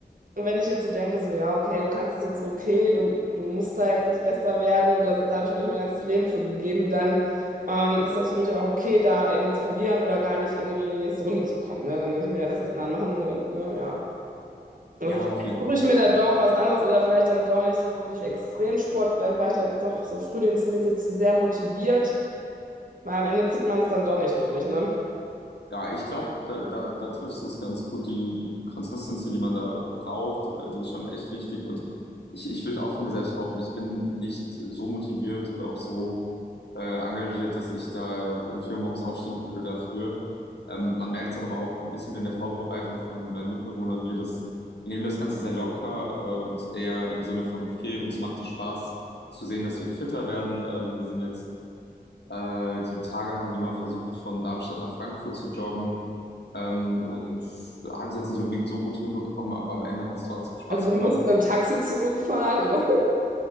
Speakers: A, on the right; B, on the left.
A: und wenn ich jetzt so denke, so, ja, okay, du kannst es jetzt so, okay, du, du musst da jetzt nicht besser werden und das, da habe ich auch nicht mein ganzes Leben für gegeben, dann ähm, ist das für mich auch okay, da irgendwie zu verlieren oder gar nicht irgendwie in die nächste Runde zu kommen. Ne? Dann denke ich mir, ja, lass die anderen machen, ne, ne, ja. Also
B: Ja,
A: vielleicht
B: auf jeden Fall.
A: suche ich mir da doch was anderes oder vielleicht dann doch nicht so wirklich Extremsport. Vielleicht war ich da jetzt doch so frühlingsmäßig zu sehr motiviert, weil am Ende zieht man es dann doch nicht durch, ne?
B: Ja, ich glaube, da, da, da triffst du es ganz gut. Die, die Consistency, die man da braucht, äh, die ist schon echt wichtig. Und ich, ich würde auch von mir selbst behaupten, ich bin nicht so motiviert oder auch so äh, engagiert, dass ich da um vier Uhr morgens aufstehen würde dafür. Ähm, man merkt es aber auch ein bisschen in der Vorbereitung von meinen Mitbewohnern und mir, dass wir nehmen das Ganze sehr locker äh, und eher im Sinne von, okay, uns macht es Spaß zu sehen, dass wir fitter werden. Ähm, wir sind jetzt äh, die Tage haben wir mal versucht, von Darmstadt nach Frankfurt zu joggen ähm, und haben es jetzt nicht unbedingt so gut hinbekommen, aber am Ende hat es trotzdem Spaß
A: Also wir
B: gemacht.
A: mussten im Taxi zurückfahren, aber